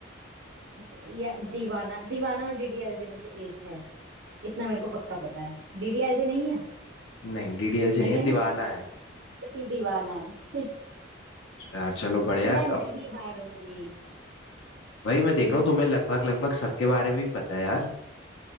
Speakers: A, on the right; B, on the left.
A: अच्छा या दीवाना दीवाना और डीडीएलजे में से एक है इतना मेरे को पक्का पता है डीडीएलजे नहीं है
B: नहीं डीडीएलजे
A: नहीं
B: नहीं है
A: है ना
B: दीवाना है
A: तो फिर दीवाना है <laughs>
B: यार चलो बढ़िया
A: मैं
B: अब
A: नहीं हारूंगी
B: वही मैं देख
A: देखा
B: रहा हूँ तुम्हें लगभग लगभग सबके बारे में ही पता है यार